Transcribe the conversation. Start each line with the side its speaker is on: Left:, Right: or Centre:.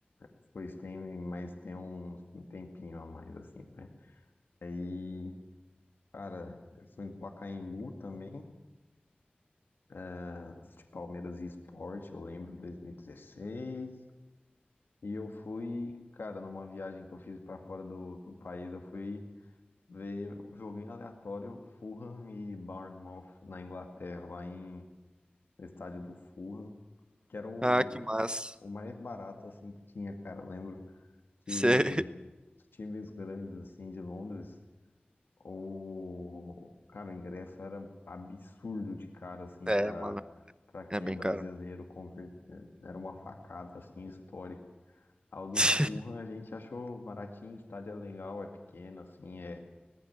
Left: depois tem, mas tem um, um tempinho a mais, assim, vai. Aí, cara, eu fui no Pacaembu também, ah, de Palmeiras e Sport, eu lembro, 2016. E dezesseis. E eu fui, cara, numa viagem que eu fiz pra fora do, do país, eu fui ver o jogo em aleatório, Fulham e Bournemouth na Inglaterra, lá em, no estádio do Fulham. que era o,
Right: Ah, que massa.
Left: o mais barato assim que tinha, cara. Eu lembro que
Right: Cê- <laughs>
Left: os times grandes assim de Londres, o cara, o ingresso era absurdo de cara assim
Right: É,
Left: para
Right: mano,
Left: para quem
Right: é bem
Left: é brasileiro
Right: caro.
Left: conver- era uma facada assim histórica. Ao do
Right: <laughs>
Left: Fulham a gente achou baratinho, o estádio é legal, é pequeno assim, é